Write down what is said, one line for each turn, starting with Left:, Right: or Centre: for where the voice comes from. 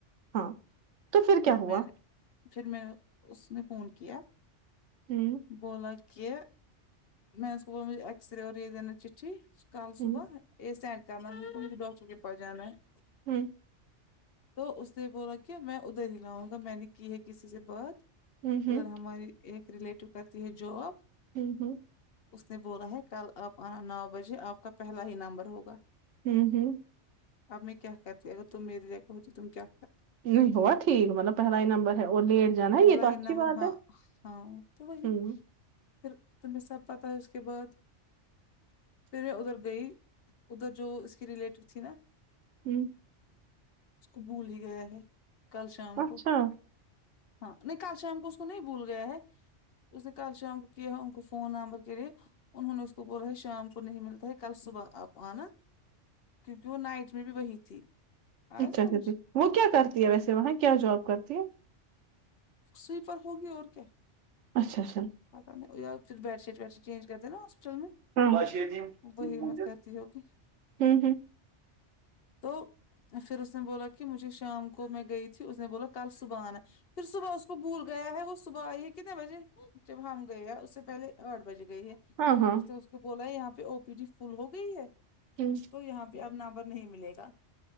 Right: ہاں تو کیا
Left: پھر
Right: ہوا
Left: میں نے پھر میں نے اس نے فون کیا
Right: ہوں
Left: بولا کہ میں اس کو بولا مجھے ایکس رے ا اوری دے دینا چٹھی کل
Right: ہوں
Left: صبح یہ سینڈ کر نا مجھے ڈاکٹر کے پاس جانا ہے
Right: ہوں
Left: تو اس نے بولا کیا میں ادھر ہی لاؤں گا میں نے کی ہے کسی سے بات
Right: ہوں ہوں ہوں
Left: ادھر ہماری ایک ریلیٹو کرتی ہے جو اب
Right: ہوں ہوں
Left: اس نے بولا ہے کل آپ آنا نو بجے آپ کا پہلا ہی نمبر ہوگا
Right: ہم ہم
Left: اب میں کیا کرتی اگر تم میری جگہ ہوتی تم کیا کر
Right: نہیں ہو ٹھیک مطلب پہلا ہی نمبر ہے اور لیٹ جانا ہے
Left: پہلا
Right: یہ تو اچھی
Left: ہی نمبر
Right: بات
Left: ہاں
Right: ہے
Left: ہاں تو وہی
Right: ہوں
Left: پھر تمہیں سب پتا ہے اس کے بعد پھر ادھر گئی ادھر جو اس کی ریلیٹڈ تھی نا
Right: ہم
Left: اس کو بھول ہی گیا ہے کل شام
Right: اچھا
Left: کو ہاں نہیں کل شام کو اس کو نہیں بھول گیا ہے اس نے کال شام کو کیا کو فون نمبر کے لیے انہوں نے اس کو بولا ہے شام کو نہیں ملتا ہے کل صبح اپ انا کیوکی وہ نائٹ میں بھی وہی تھی آیا
Right: اچھا
Left: سمجھ
Right: اچھا وہ کیا کرتی ہے ویسے وہاں کیا جاب کرتی ہے
Left: سویپر ہوگی اور کیا
Right: اچھا اچھا
Left: پتا نہیں یا پھر bed sheet bed sheet change کر دنا ہاسٹل میں
Right: ہاں ہوں
Left: وہی ہمت
Right: ہوں
Left: کرتی ہوگی
Right: ہاں
Left: تو پھر اس نے بولا کہ مجھے شام کو میں گئی تھی اس نے بولا کل صبح انا پھر صبح اس کو بھول گیا ہے وہ صبح ائی ہے کتنے بجے جب ہم گئے اس سے پہلے اٹھ بج گئی ہے
Right: ہاں ہوں
Left: اس نے اس کو بولا یہاں پہ او ٹی پی فل ہو گئی ہے
Right: ہم
Left: تو یہاں پہ اب نمبر نہیں ملے گا